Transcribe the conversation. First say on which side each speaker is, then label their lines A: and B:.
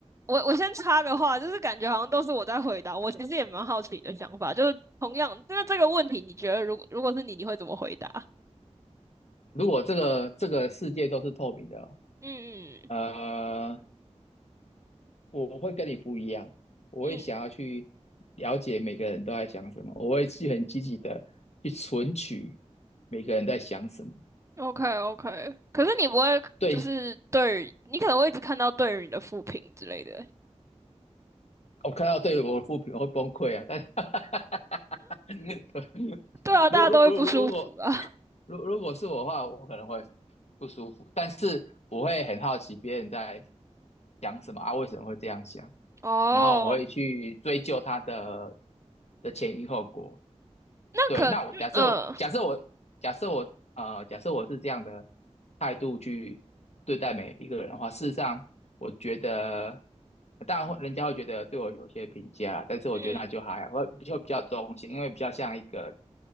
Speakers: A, on the right; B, on the left.
A: 我我先插个话，就是感觉好像都是我在回答。我其实也蛮好奇你的想法，就是同样，那这个问题，你觉得如如果是你，你会怎么回答？
B: 如果这个这个世界都是透明的哦
A: 嗯
B: 呃，我我会跟你不一样，我会想要去了解每个人都在想什么，
A: 嗯
B: 我会去很积极的去存取每个人在想什么。
A: ，OK OK。可是你不会，
B: 对，
A: 就是对于你可能会一直看到对于你的负评之类的。
B: 我看到对我的负评我会崩溃啊，但是 <laughs>
A: 对啊，
B: 如如如如如果
A: 大家都会不舒服啊。
B: 如如果是我的话，我可能会不舒服，但是我会很好奇别人在想什么啊，为什么会这样想，
A: <laughs> 哦，
B: 然后我会去追究他的的前因后果。
A: 那可嗯
B: 对，那我假设我假设我假设我呃假设我是这样的态度去对待每一个人的话，事实上我觉得，当然会人家会觉得对我有些评价啦但是我觉得那就还好，
A: 嗯嗯
B: 我就比较中性，因为比较像一个